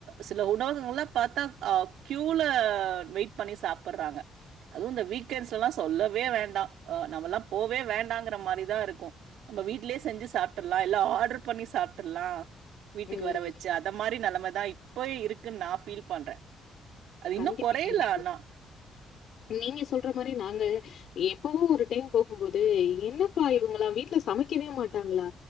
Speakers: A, on the right; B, on the left.
A: சில உணவகங்கள்லா பாத்தா ஆ க்யூல வெயிட் பண்ணி சாப்பிட்றாங்க அதுவு இந்த வீக்கெண்ட்ஸ்லல்லா சொல்லவே வேண்டா நம்மலா போவே வேண்டாங்கிற மாரி தா இருக்கோ நம்ம வீட்லயே செஞ்சு சாப்ட்றல்லா இல்ல ஆர்டர் பண்ணி சாப்டறல்லா வீட்டுக்கு
B: ம்
A: வர வச்சு அத மாரி நெலமதா இப்ப இருக்குன் நா ஃபீல் பண்ற அது
B: கண்டிப்பா
A: இன்னு கொறையல
B: கண்டிப்
A: ஆனா
B: நீங்க சொல்ற மாரி நாங்க எப்பவு ஒரு டைம் போகும்போது என்னப்பா இவங்களா வீட்ல சமைக்கவே மாட்டாங்களா